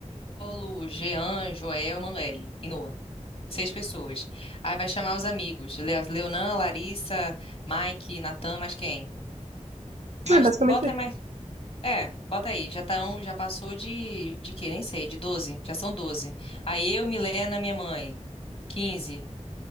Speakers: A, on the left; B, on the right.
A: Paulo, Jean, Joel, Manuele e Noah. Seis pessoas. Aí vai chamar os amigos. Le- Leonan, Larissa, Mike, Natan, mais quem? Mas
B: É basicamente
A: bota
B: isso.
A: mais. É, bota aí. Já tão, já passou de, de quê? Nem sei, de 12. Já são 12. Aí eu, Milena, minha mãe. quinze.